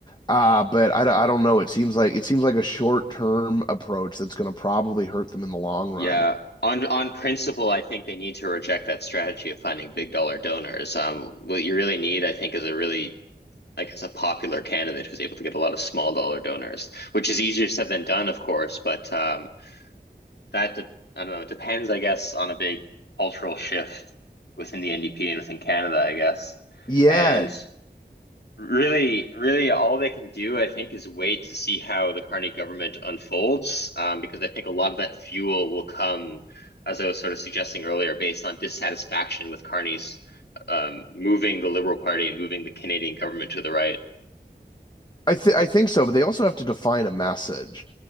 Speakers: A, on the left; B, on the left.
A: Uh, but I, d- I don't know. It seems like it seems like a short-term approach that's going to probably hurt them in the long
B: Yeah,
A: run.
B: on on principle, I think they need to reject that strategy of finding big dollar donors. Um, what you really need, I think, is a really, I guess, a popular candidate who's able to get a lot of small dollar donors, which is easier said than done, of course. But um, that de- I don't know, it depends, I guess, on a big cultural shift within the NDP and within Canada, I guess.
A: Yeah,
B: And Really, really, all they can do, I think, is wait to see how the Carney government unfolds, um, because I think a lot of that fuel will come, as I was sort of suggesting earlier, based on dissatisfaction with Carney's um, moving the Liberal Party and moving the Canadian government to the right.
A: I th I think so, but they also have to define a message.